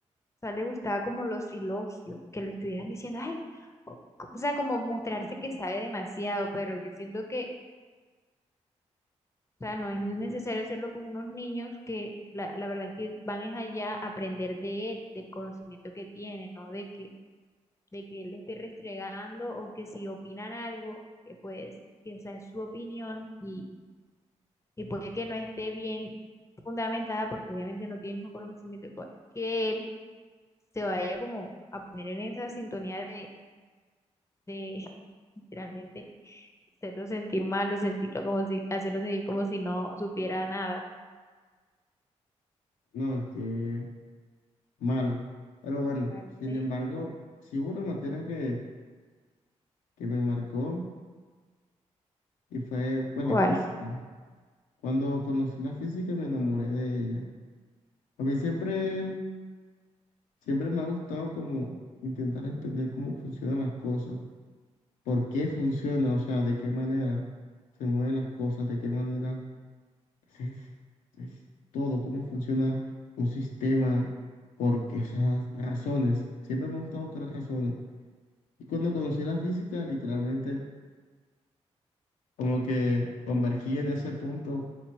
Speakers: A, on the left (about 20°); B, on the left (about 80°).
A: o sea, le gustaba como los elogios, que lo estuvieran diciendo, ay, o, o sea, como mostrarse que sabe demasiado, pero yo siento que, o sea, no es necesario hacerlo con unos niños que la, la verdad es que van es allá a aprender de él, del conocimiento que tiene, ¿no? De que de que él le esté restregando o que si opinan algo, que pues, que o sea, es su opinión y, y puede que no esté bien fundamentada porque obviamente no tiene el mismo conocimiento que que él, se vaya como a poner en esa sintonía de, de <laughs> literalmente hacerlo sentir mal o sentirlo como si, hacerlo sentir como si no supiera nada.
B: No, es que malo. Pero bueno,
A: Parte-
B: sin embargo, sí hubo una materia que, que me marcó y fue pues
A: ¿Cuál?
B: la física. Cuando conocí la física me enamoré de ella. A mí siempre, siempre me ha gustado como intentar entender cómo funcionan las cosas, por qué funciona, o sea, de qué manera se mueven las cosas, de qué manera es- es todo, cómo funciona un sistema, por qué esas razones. Siempre me ha gustado buscar razones. Y cuando conocí la física, literalmente, como que convergí en ese punto,